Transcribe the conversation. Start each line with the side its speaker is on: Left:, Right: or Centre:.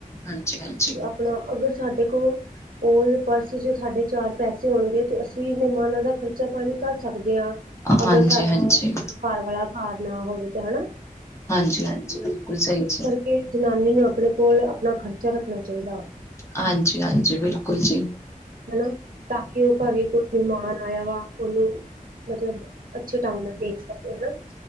Left: ਹਾਂਜੀ-ਹਾਂਜੀ
Right: ਤੇ ਆਪਣਾ ਅਗਰ ਸਾਡੇ ਕੋਲ ਕੋਲ ਪਰਸ ਚ ਸਾਡੇ ਚਾਰ ਪੈਸੇ ਹੋਣਗੇ ਤੇ ਅਸੀਂ ਮਹਿਮਾਨਾਂ ਦਾ ਖਰਚਾ ਪਾਣੀ ਕਰ ਸਕਦੇ ਹਾਂ, ਅਗਰ
Left: ਹਾਂਜੀ
Right: ਸਾਡਾ
Left: ਹਾਂਜੀ।
Right: ਘਰ ਵਾਲਾ ਘਰ ਨਾ ਹੋਵੇ ਤਾਂ ਹਨਾ।
Left: ਹਾਂਜੀ -ਹਾਂਜੀ ਬਿਲਕੁਲ ਸਹੀ ਜੀ।
Right: ਕਿ ਜਨਾਨੀ ਨੂੰ ਆਪਣੇ ਕੋਲ ਆਪਣਾ ਖ਼ਰਚਾ ਰੱਖਣਾ ਚਾਹੀਦਾ ਵਾ।
Left: ਹਾਂਜੀ -ਹਾਂਜੀ ਬਿਲਕੁਲ ਜੀ!
Right: ਹਨਾ, ਤਾਂ ਕਿ ਉਹ ਘਰੇ ਕੋਈ ਮਹਿਮਾਨ ਆਇਆ ਵਾ ਉਹਨੂੰ ਮਤਲਬ ਅੱਛੇ ਢੰਗ ਨਾਲ ਦੇਖ ਸਕੇ ਹਨਾ